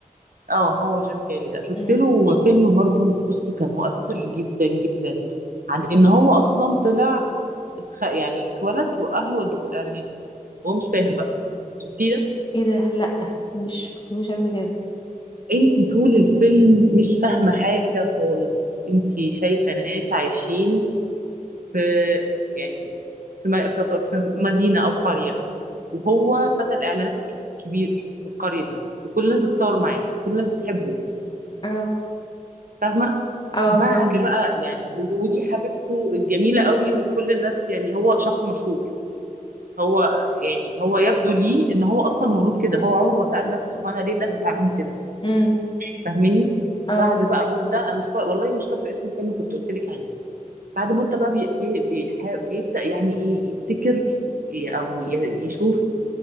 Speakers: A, on the right (about 75°); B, on the left (about 35°).
A: اه هو جيم كاري ده شفت
B: مم.
A: له فيلم برضو بصي كان مؤثر جدا جدا عن ان هو اصلا طلع اتخ... يعني اتولد واهله ودوه في الاعلانات وهو مش فاهم بقى شفتيه ده
B: ايه ده لا مش شفتهوش قبل كده
A: انت طول الفيلم مش فاهمه حاجه خالص انت شايفه ناس عايشين في يعني في م- في في مدينة أو قرية وهو فتى الإعلانات الك- الكبير في القرية دي وكل الناس بتصور معاه كل الناس بتحبه
B: اه
A: فاهمة
B: اه
A: بعد
B: فاهم
A: بقى يعني و- ودي حبيبته الجميلة قوي وكل الناس يعني هو شخص مشهور هو يعني هو يبدو لي ان هو اصلا مولود كده هو عمره ما سأل نفسه هو انا ليه الناس بتعاملني كده
B: امم
A: فاهميني
B: اه
A: بعد بقى مدة انا مش فا... والله مش فاكرة اسم الفيلم كنت قلت لك عليه بعد مدة بقى بي بي بيح- بيبدأ يعني ايه يفتكر إيه او ي- يشوف